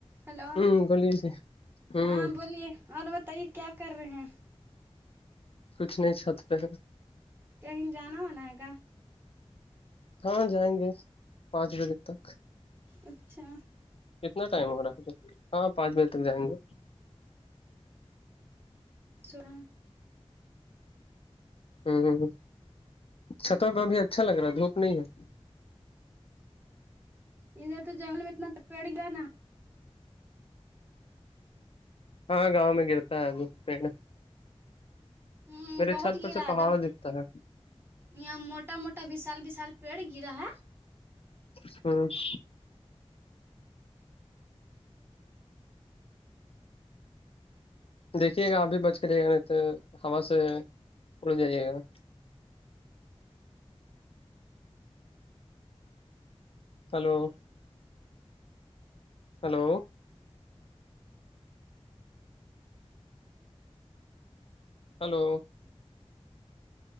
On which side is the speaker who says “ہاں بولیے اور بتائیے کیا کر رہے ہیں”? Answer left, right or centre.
Right